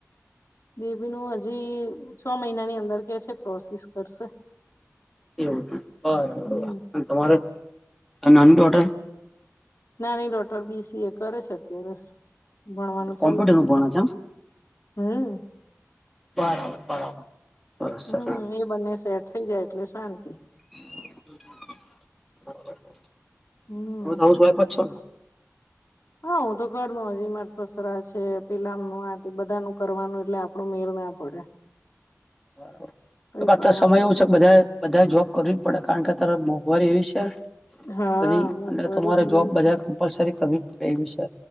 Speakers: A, on the left; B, in the centre.
A: બેબી નું હજી છ મહિનાની અંદર કે છે પ્રોસેસ કરશે.
B: એવું બરાબર
A: હમ
B: તમારે નાની ડોટર
A: નાની ડોટર બીસી એ કરે છે ફોરેસ્ટ ભણવાનું ચાલે
B: કોમ્પ્યુટર
A: છે
B: નું
A: ને
B: ભણે એમ
A: હમ્મ.
B: બરાબર બરાબર સરસ
A: હમ્મ
B: સરસ
A: એ બંને સેટ થઈ જાય એટલે શાંતિ
B: <inaudible>
A: હમ્મ.
B: તમે તો હાઉસ વાઈફ જ છો
A: હા હું તો ઘર નું હજી માર તો સસરા છે પિલામ નૂ આ બધા નું કરવાનું એટલે આપડું મેર ના પડે.
B: બરાબર
A: કઈ
B: તો અત્યાર
A: કરવાનું
B: સમય એવું છે બધા બધાએ જોબ કરવી જ પડે કારણ કે અતારે મોંઘવારી એવી છે.
A: હા
B: પછી
A: મોંઘવારી
B: અને તમારે
A: બી
B: જોબ
A: એવી
B: બધા કમ્પલસરી કરવી પડે એવી છે.